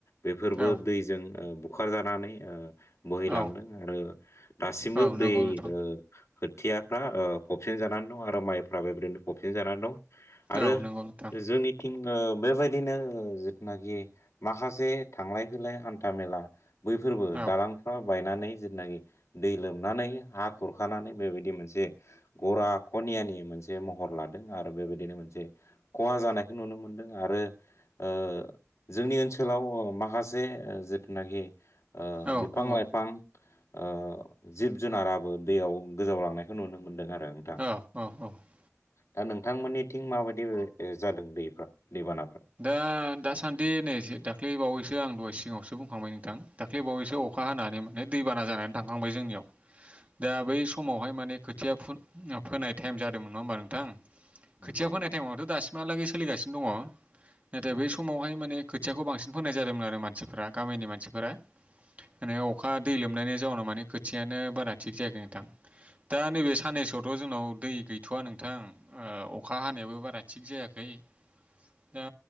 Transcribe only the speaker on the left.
बेफोरबो
दैजों ओ बुखारजानानै ओ बोहैलांदों
आरो दासिमबो
दै
ओ खोथियाफ्रा ओ फबसिन जानानै दं आरो माइफ्राबो बेबायदिनो फबसिन जानानै दं। आरो
जोंनिथिं बेबायदिनो जिथुनाखि माखासे थांलाय फैलाय हान्था मेला बैफोरबो
दालांफ्रा बायनानै जेथुनाखि दै लोंनानै हा खुरखानानै बेबायदि मोनसे गरा <unintelligible> मोनसे महर लादों आरो बेबायदिनो मोनसे खहा जानायखौ नुनो मोनदों आरो ओ जोंनि ओनसोलाव अ माखासे जिथुनाखि ओ
बिफां
लाइफां ओ जिब जुनाराबो दैयाव गोजावलांनायखौ नुनो मोनदों आरो नोंथां
दा नोंथांमोननिथिं माबायदि जादों दैफ्रा दैबाना
नंगौ
नंगौ
उम